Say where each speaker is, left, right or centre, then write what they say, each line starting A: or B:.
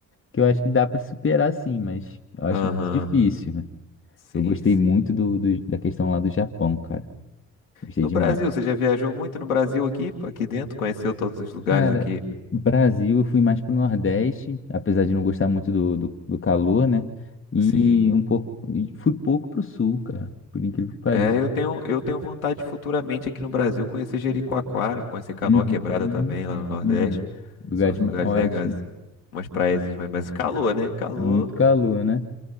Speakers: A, on the left; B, on the left.
A: que eu acho que dá para superar sim, mas eu acho
B: Aham,
A: muito difícil, né?
B: sim,
A: Eu gostei
B: sim.
A: muito do, do- da questão lá do Japão, cara. Gostei
B: No
A: demais.
B: Brasil, você já viajou muito no Brasil aqui, pô, aqui dentro? Conheceu todos os lugares
A: Cara,
B: aqui?
A: Brasil, eu fui mais pro Nordeste, apesar de não gostar muito do, do, do calor, né? E
B: Sim.
A: um pouco, e fui pouco pro Sul, cara, por incrível que pareça.
B: É, eu tenho, eu tenho vontade de futuramente aqui no Brasil conhecer Jericoacoara, conhecer Canoa
A: Uhum,
B: Quebrada também lá no Nordeste.
A: uhum. Lugares
B: São os
A: ma-
B: lugares
A: ótimos,
B: legais, assim. Umas praiazinhas, mas, mas calor, né? Calor.
A: muito calor, né?